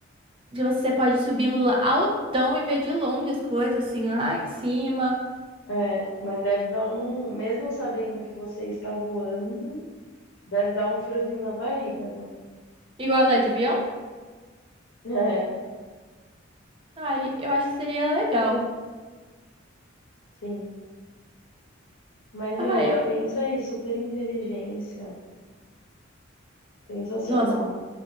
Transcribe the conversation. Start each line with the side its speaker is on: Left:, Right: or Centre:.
Right: que você pode subir lá altão e ver de longe as coisas, assim, lá em cima.
Left: É, mas deve dar um, mesmo sabendo que você está voando, deve dar um friozinho na barriga, né?
Right: Igual andar de avião?
Left: <laughs> É,
Right: Ai, eu acho que seria legal.
Left: sim. Mas, meu,
Right: Ai,
Left: ó,
Right: eu...
Left: pensa aí, super inteligência, sensacional.
Right: Nossa,